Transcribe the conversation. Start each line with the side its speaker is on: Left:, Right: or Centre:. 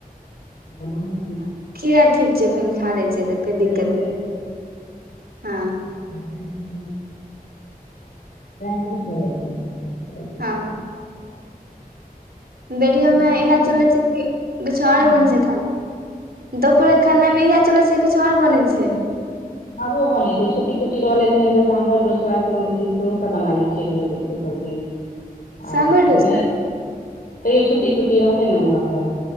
Left: ओना भी ठ
Right: कीया ठीक छै फेर खा लै छै तऽ कोई दिक्कत
Left: भऽ
Right: नहि हँ
Left: म बहुत भऽ जाइ
Right: हँ बेडियो में
Left: अपने
Right: इहे
Left: गर्मी
Right: चले छै कि किछु आरे
Left: हँ
Right: बन छै दोपहर खाना मे इह चले छै किछु आओर बनै छै
Left: आरो बनै छै छुट्टी तुट्टी रहलेै हन तऽ साम्रोसा सेहो सब बना ले छ रहियो स्पेशल चीज आ
Right: साम्भर
Left: नै
Right: डोसा
Left: तैयो छुट्टी तुट्टी रहलै ने बौआके